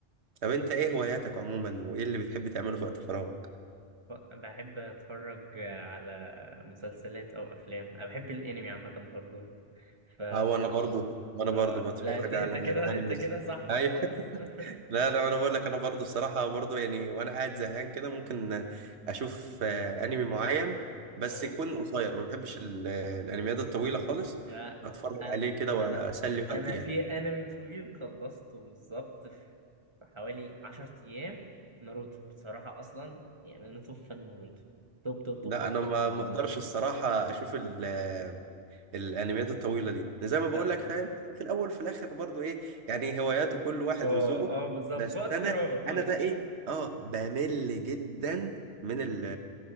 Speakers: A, on the right; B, on the right.
A: طب انت ايه هواياتك عموما وايه اللي بتحب تعمله في وقت فراغك
B: ف- بحب اتفرج على مسلسلات او افلام انا بحب الانمي عامة برضه ف
A: اه وانا برضو وانا
B: اه
A: برضو بتفرج
B: لا انت انت
A: على
B: كده
A: انيمز
B: انت كده صاحبي
A: ايوه
B: خلاص
A: <laughs>
B: <laughs>
A: لا لا انا بقول لك انا برضو الصراحة برضو يعني وانا قاعد زهقان كده ممكن اشوف آه، انمي معين بس
B: اه
A: يكون قصير ما بحبش ال- الانميات الطويلة خالص
B: لا
A: اتفرج
B: انا
A: عليه كده واسلي
B: انا انا
A: وقتي يعني
B: في انمي طويل خلصته بالظبط في في حوالي 10 ايام ناروتو بصراحة اصلا يعني انا توب فان ناروتو توب توب توب
A: لا
B: توب
A: انا
B: فان
A: ما
B: ده
A: ما اقدرش الصراحه اشوف ال- الانميات الطويله دي يعني زي ما بقول
B: لا
A: لك فاهم في الاول وفي الاخر برضو ايه يعني هواياته كل واحد
B: اه
A: وذوقه
B: اه بالظبط
A: بس
B: في وقت
A: انا
B: فراغك اه
A: انا بقى ايه اه بمل جدا من ال